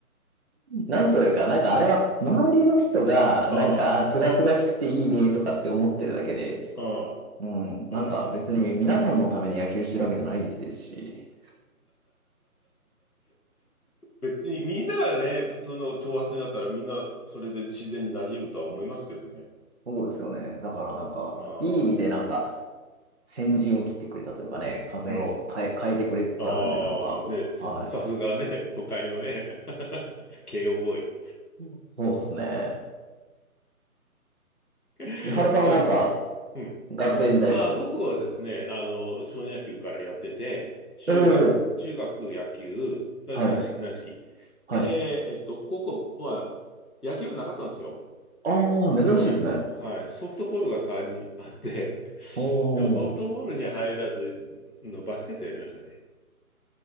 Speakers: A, on the right (about 45°); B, on the left (about 80°).
A: なんというか、なんかあれは、周りの人が、
B: ああ、
A: なんか、あ、すがすがしくていいねとかって思ってるだけで、
B: ああ、
A: うん、
B: うん。
A: なんか別に皆さんのために野球してるわけじゃないですし、
B: 別にみんながね、普通の長髪になったらみんなそれで自然に馴染むとは思いますけどね。
A: そうですよね。だからなんか、
B: ああ、
A: いい意味でなんか、先陣を切ってくれたというかね、風を変え、
B: うん。
A: 変えてくれつつあるんで、
B: ああ、
A: なんか、
B: ね、さ、
A: は
B: さすがね、都会のね、<laughs> 慶応ボーイ。
A: い。そうですね。
B: <laughs>
A: 井原さんはなんか、
B: なうん。
A: 学生時代、
B: 僕、あ、僕はですね、あの、少年野球からやってて、中学、
A: おお、
B: 中学野球、え軟式、
A: はい、
B: 軟式。
A: はい。
B: で、えっと、高校は野球部なかったんですよ。
A: ああ、珍しいですね。
B: はい。はい。ソフトボールが代わりにあって、<laughs>
A: おお、
B: でもソフトボールに入らずのバスケットやりましたね。